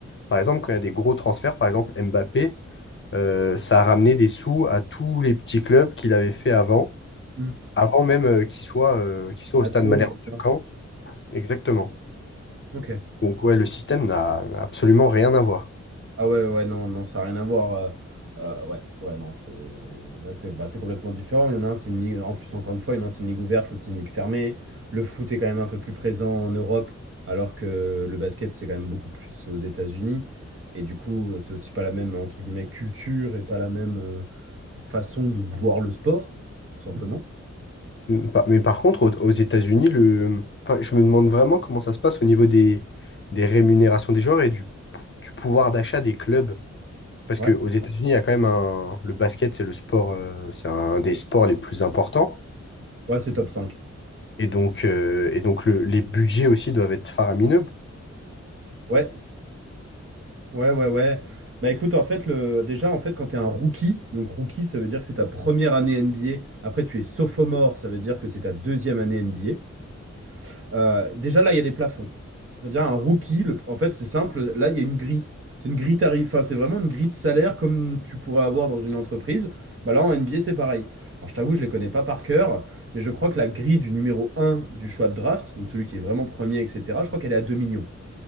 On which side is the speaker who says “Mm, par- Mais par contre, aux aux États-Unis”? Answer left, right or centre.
Left